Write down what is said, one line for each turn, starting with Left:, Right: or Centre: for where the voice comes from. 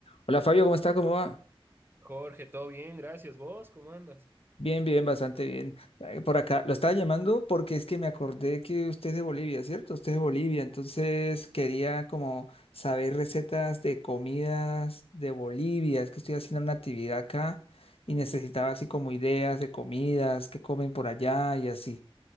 Left: Hola Fabio, ¿cómo está? ¿Cómo va?
Right: Jorge, todo bien, gracias. ¿Vos cómo andas?
Left: Bien, bien, bastante bien. Ay, Por acá, lo estaba llamando porque es que me acordé que usted es de Bolivia, ¿cierto? Usted es de Bolivia, entonces quería como saber recetas de comidas de Bolivia. Es que estoy haciendo una actividad acá y necesitaba así como ideas de comidas, que comen por allá y así.